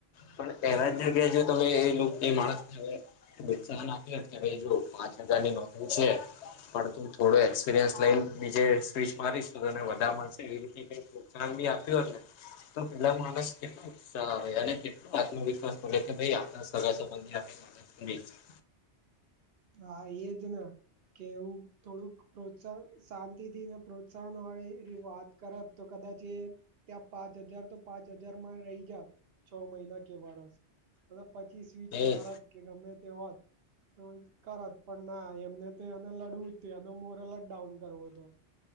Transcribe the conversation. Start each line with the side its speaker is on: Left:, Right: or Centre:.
Left: પણ એવા જ જગ્યા જો તમે એ લોક નહી માણસ હવે બ ચાન આપી કે ભાઈ જો પાંચ હજાર ની નોકરી છે પણ તું થોડું એક્સપિરિયન્સ લઈ નીજે સ્વચ મારીશું તોને વધા મળશે એવી રી પ્રોત્સાહન બી આપ્યું હોત ને તો પેલા માણસ કેટલો ઉત્સાહ આવે અને કેટલોું આત્મવિશ્વાસ મળે કે ભાઈ આપણા સગા સંબંધી આપ જ <unintelligible>
Right: હા એજ ને કે એવું થોડુંક પ્રોત્સા શાંતિ થી ને પ્રોત્સાહન વાળી વાત કરત તો કદાચ એ ત્યાં પાંચ હજાર તો પાંચ હજાર મામાં રહી જા છ મહિના કે વરસ મલ પછી સ્વીચ મારત
Left: એ
Right: કે ગમે તે હોત તો કર પણ ના એમને તો એને લડવું જ એનો મોરલ જ ડાઉન કરવો હતો